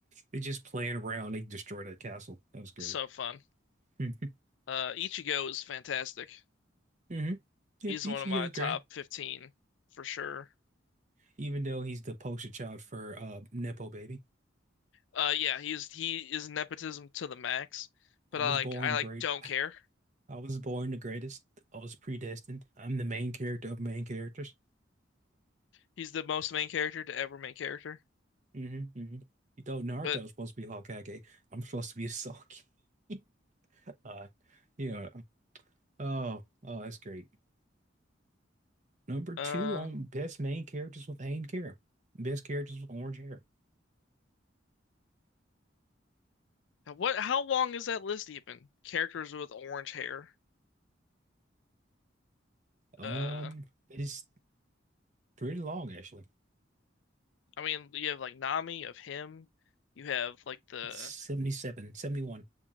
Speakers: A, on the right; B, on the left.
A: they just playing around. They destroyed a castle. That was great.
B: So fun.
A: <laughs>
B: Uh, Ichigo is fantastic.
A: Mm-hmm. Yep,
B: He's
A: Ichigo's
B: one of my top
A: great.
B: 15 for sure.
A: Even though he's the poster child for uh Nepo Baby.
B: Uh, yeah, he's he is nepotism to the max, but
A: I was
B: I like
A: born
B: I like
A: great.
B: don't care.
A: I was born the greatest. I was predestined. I'm the main character of main characters.
B: He's the most main character to ever main character.
A: hmm hmm You thought Naruto
B: But
A: was supposed to be Hokage. I'm supposed to be a Sasuke. <laughs> Uh, yeah. Oh, oh, that's great. Number two
B: uh,
A: on best main characters with Hayden hair. Best characters with orange hair.
B: what? How long is that list even? Characters with orange hair.
A: Um,
B: Uh.
A: it's pretty long actually.
B: I mean, you have like Nami of him. You have like the
A: It's 77, 71.